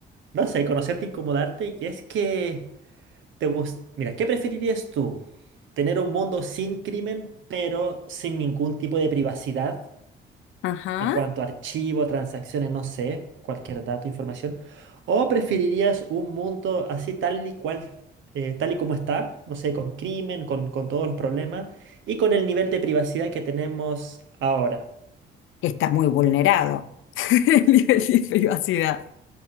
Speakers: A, on the right; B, on the left.
A: no sé, conocerte, incomodarte y es que... Te gust- Mira, ¿qué preferirías tú? ¿Tener un mundo sin crimen, pero sin ningún tipo de privacidad
B: Ajá.
A: en cuanto a archivo, transacciones, no sé, cualquier dato, información? ¿O preferirías un mundo así tal y cual, eh, tal y como está, no sé, con crimen, con, con todos los problemas y con el nivel de privacidad que tenemos ahora?
B: Está muy vulnerado <laughs> el nivel de privacidad.